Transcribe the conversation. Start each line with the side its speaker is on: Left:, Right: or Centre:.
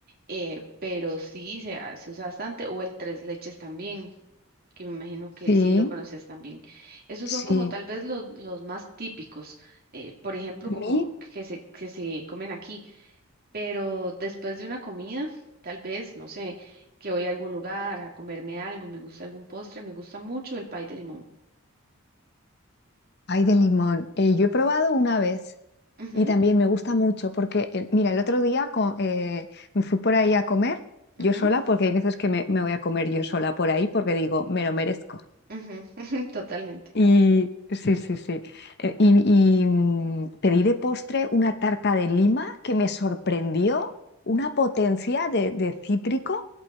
Right: eh, pero sí se, ha- se usa bastante, o el tres leches también. que me imagino que
Left: sí,
Right: sí lo conoces también. Esos
Left: sí.
Right: son como tal vez los, los más típicos, eh, por ejemplo,
Left: A
Right: como
Left: mí
Right: que se, que se comen aquí, pero después de una comida, tal vez, no sé, que voy a algún lugar a comerme algo y me gusta algún postre, me gusta mucho el pay de limón.
Left: hay de limón. Eh, yo he probado una vez
Right: Ujú,
Left: Y también me gusta mucho porque, eh, mira, el otro día co- eh, me fui por ahí a comer
Right: ujú,
Left: yo sola, porque hay veces que me, me voy a comer yo sola por ahí porque digo, me lo merezco.
Right: ujú, <laughs> Totalmente.
Left: Y sí, sí, sí. Eh, y y, mm, pedí de postre una tarta de lima que me sorprendió, una potencia de, de cítrico.